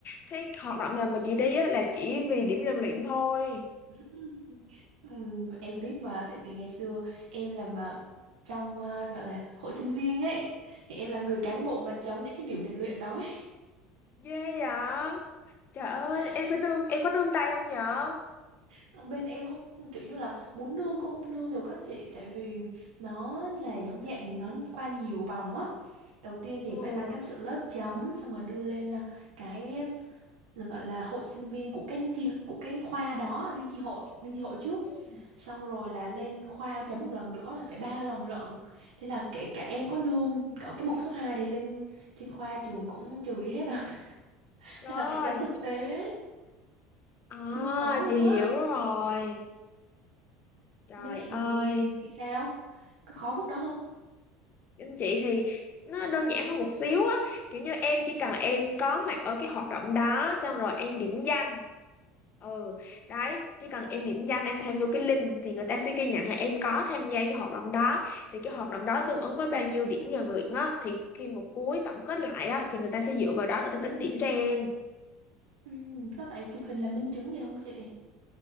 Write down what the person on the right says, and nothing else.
Ừm, ừm, em biết mà tại vì ngày xưa em làm ở trong ờ, gọi là hội sinh viên ấy thì em là người cán bộ mà chống những cái điểm rèn luyện đó ấy.
<laughs>
Em,
ờ, bên em không kiểu như là muốn nương cũng không nương được các chị tại vì nó là giống dạng nó qua nhiều vòng á đầu tiên thì
phải ban cán sự lớp chấm xong rồi đưa lên ờ, cái là gọi là hội sinh viên của cái chi của cái khoa đó liên chi hội liên chi hội trước
xong rồi là lên khoa chấm một lần nữa là phải ba lần lận thế là kể cả em có nương ở cái mục số 2 thì lên trên khoa trường cũng trừ đi hết rồi <laughs>
nên là phải chấm thực tế
siêu khó luôn
á
bên chị
thì thì sao có khó khúc đó không
ừ, có phải chụp hình làm minh chứng gì không chị